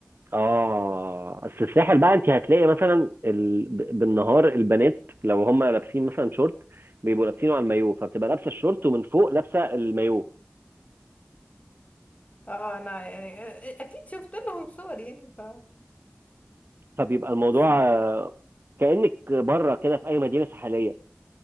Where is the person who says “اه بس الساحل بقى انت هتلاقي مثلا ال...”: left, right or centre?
Right